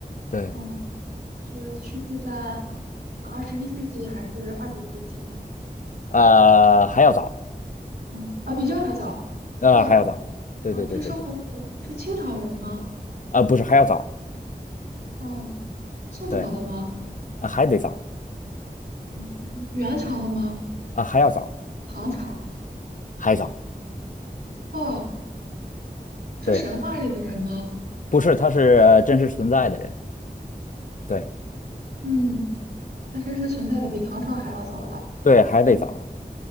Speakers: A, on the left (about 50°); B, on the right (about 80°).
A: 对，
B: 嗯，是去世在二十一世纪还是二十世纪呢？
A: 呃，还要早，
B: 嗯，啊，比这还早。
A: 呃，
B: 哦，
A: 还要早，对对对对对，
B: 哦，是生活，嗯、是清朝人吗？
A: 啊、不是还要早，
B: 哦，宋朝的吗？
A: 对，啊、还得早，
B: 嗯，元朝的吗？
A: 啊、还要早，
B: 唐朝？
A: 还早，
B: 哦，是神话里的人吗？
A: 对，不是，他是呃真实存在的人，对
B: 嗯，还真是存在的比唐朝还要早的。
A: 对，还得早，
B: 嗯